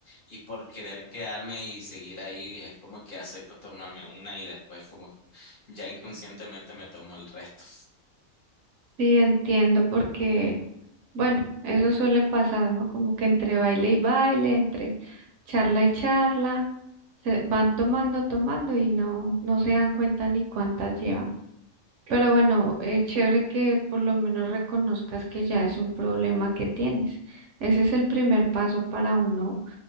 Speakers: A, on the left; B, on the right.
A: y por querer quedarme y seguir ahí, es como que acepto tomarme una y después como ya inconscientemente me tomo el resto.
B: Sí, entiendo porque, bueno, eso suele pasar, ¿no? Como que entre baile y baile, entre charla y charla, se van tomando, tomando y no, no se dan cuenta ni cuántas llevan. Pero bueno, eh, chévere que por lo menos reconozcas que ya es un problema que tienes. Ese es el primer paso para uno